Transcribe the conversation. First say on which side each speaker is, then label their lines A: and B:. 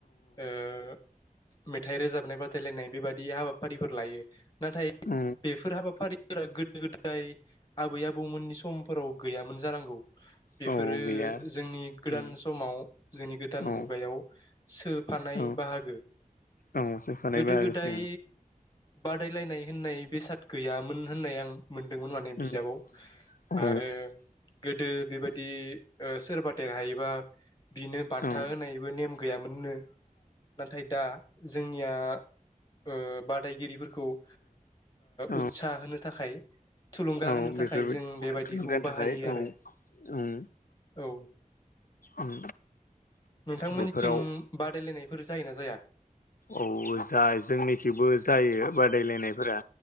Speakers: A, on the left; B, on the left.
A: ओ मेथाइ रोजाबनाय बादायलायनाय बेबादि हाबाफारिफोर लायो। नाथाय
B: औ
A: बेफोर हाबाफारि <unintelligible> गोदो गोदाय आबै आबौमोननि समफोराव गैयामोन जानांगौ। बेफोरो
B: औ गैया
A: जोंनि गोदान
B: उम
A: समाव जोंनि गोदान
B: औ
A: मुगायाव सोफानाय
B: औ
A: बाहागो
B: औ सोफानाय
A: गोदो
B: बाहागोसो
A: गोदाय बादायलायनाय होननाय बेसाद गैयामोन होननाय आं मोनदोंमोन माने
B: उम
A: बिजाबाव
B: औ
A: आरो गो गोदो बेबायदि ओ सोरबा देरहायोबा बिनो बान्था
B: औ
A: होनायबो नेम गैयामोननो। नाथाय दा जोंनिया ओ बादायगिरिफोर खौ ओ
B: औ
A: उत्सा होनो थाखाय थुलुंगा
B: औ
A: होनो
B: बेफोरबायदि
A: थाखाय जों बेबायदिखौ
B: थुलुंगानि
A: बाहायो
B: थाखाय
A: आरो
B: औ उम
A: औ
B: उम
A: नोंथांमोननिथिं
B: बेफोराव
A: बादायलायनाय बेफोर जायोना जाया?
B: औ जाय जोंनिखेबो जायो बादायलायनायफोरा